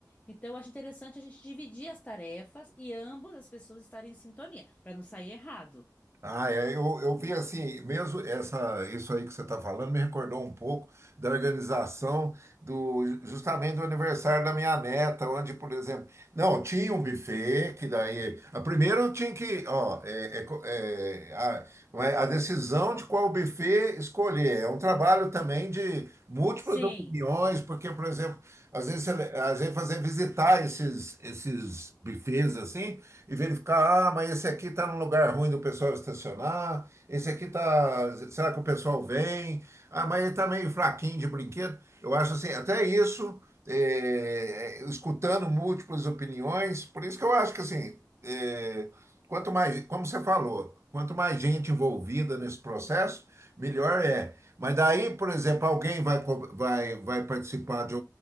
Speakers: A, on the left; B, on the right.
A: Então, eu acho interessante a gente dividir as tarefas e ambas as pessoas estarem em sintonia, para não sair errado.
B: Ah, é, eu, eu vi assim, mesmo essa, isso aí que você está falando me recordou um pouco da organização do justamente do aniversário da minha neta, onde, por exemplo, não, tinha um buffet que daí, a primeira eu tinha que, ó, é, é co- é, a, vai- a decisão de qual buffet escolher, é um trabalho também de múltiplas
A: Sim,
B: opiniões, porque, por exemplo, às vezes, você- às vezes fazer visitar esses, esses buffets assim, e verificar, ah, mas esse aqui está num lugar ruim do pessoal estacionar, esse aqui está, será que o pessoal vem? Ah, mas ele está meio fraquinho de brinquedo. Eu acho assim, até isso, eh, eh, escutando múltiplas opiniões, por isso que eu acho que assim, eh, quanto mais, como você falou, quanto mais gente envolvida nesse processo, melhor é. Mas daí, por exemplo, alguém vai, co- vai, vai participar de.